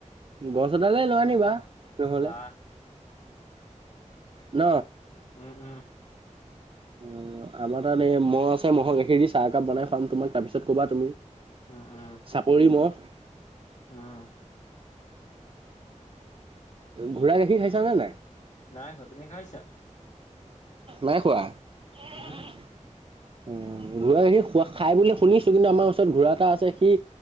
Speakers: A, on the right; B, on the left.
A: গছ এডালে লৈ আনিবা নহলে
B: আহ
A: ন।
B: উম হম
A: অ আমাৰ তাত এই মহ আছে মহ'ৰ গাখীৰ দি চাহ একাপ বনাই খোৱাম তোমাক তাৰপিছত কবা তুমি।
B: উম উম
A: চাপৰি মহ।
B: উম
A: ঘোঁৰা গাখীৰ খাইছানে নাই?
B: নাই খোৱা তুমি খাইছা
A: নাই খোৱা। অ',
B: উম
A: ঘোঁৰা গাখীৰ খোৱা খাই বুলি শুনিছো কিন্তু আমাৰ ওচৰত ঘোঁৰা এটা আছে সি